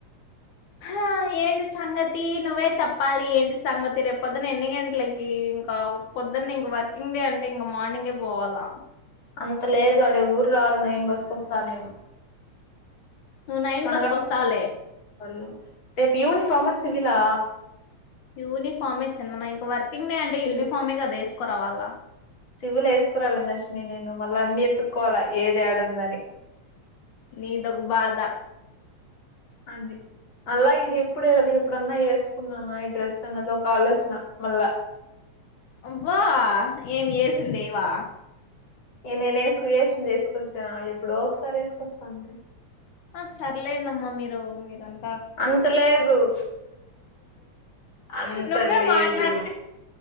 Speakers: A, on the left; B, on the left.
A: ఆ ఏంటి సంగతి నువ్వే చెప్పాలి ఏంటి సంగతి రేపొద్దున ఎన్ని గంటలకి ఇంకా పొద్దున్న ఇంక వర్కింగ్ డే అంటే ఇంక మార్నింగే పోవాలా
B: అంత లేదు అడే ఎవరూ రారు నైన్ బసుకొస్తా నేను
A: నువ్వు నైన్
B: మనగా
A: బస్కు వస్తావ్ లే
B: వాళ్ళు రేపు యూనిఫార్మ సివలా
A: యూనిఫార్మే చందన ఇంక వరక్ వర్కింగ్ డై అంటే
B: సివి
A: యూనిఫామే కదే వేస్ కోరవాలా
B: సివిల్ వేసుకురాలి నశని నేను మళ్ళా అన్నిీ ఎతుక్కోవాల ఏది యాడ ఉంది అని
A: నీద్ ఒక బాధ
B: అది అలా ఇది ఎప్పుడు న ఇప్పుడన్నా వెసుకున్నానా ఈ డ్రెస్ అన్నది ఒక ఆలోచన మళ్ళా
A: వా ఏం చేసింది ఏయావా
B: నేను వేసు వేసుకుంది వేసుకొస్తానా ఎప్పుడో ఒకసారి వేసుకొస్తా అంతే
A: ఆ సర్లే నమ్మ మీరు మీరంత
B: అంతలేద్ ఉ అంత
A: నువ్వే
B: లేదు
A: మాట్లాడుత